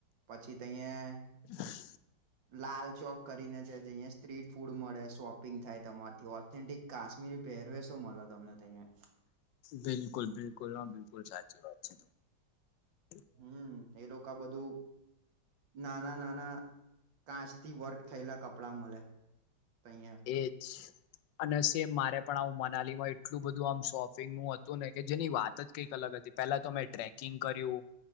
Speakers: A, on the right; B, on the left.
A: પછી તહીયા
B: <unintelligible>
A: લાલ ચોક કરીને છે જયા સ્ટ્રીટ ફૂડ મળે શોપિંગ થાય તમારથી ઓથેન્ટિક કાશ્મીરી પહેરવેેશો મળે તમને તહીંયા
B: બિલકુલ બિલકુલ હા બિલકુલ સાચી વાત છે ત
A: હમ એ લોકો બધું નાના નાના કાચ થી વર્ક થયેલા કપડાં મળે તહીંયા
B: એ જ અને સેમ મારે પણ આવું મનાલીમાં એટલું બધું આમ શોપિંગ નું હતું ને કે જેની વાત જ કંઈક અલગ હતી પેલા તો મેં ટ્રેકિંગ કર્યું